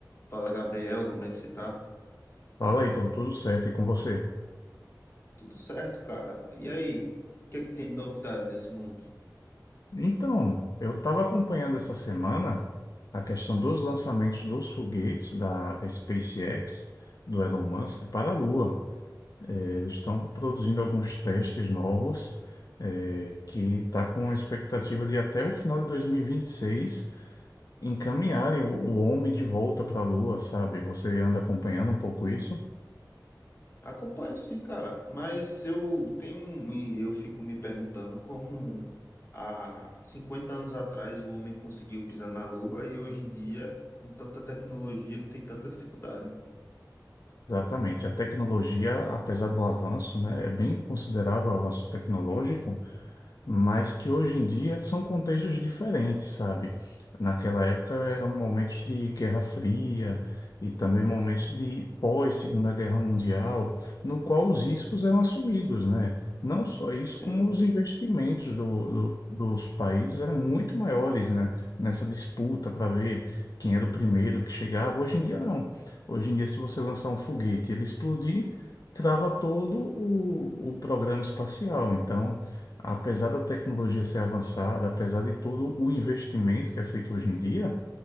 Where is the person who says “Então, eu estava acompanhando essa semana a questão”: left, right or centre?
Left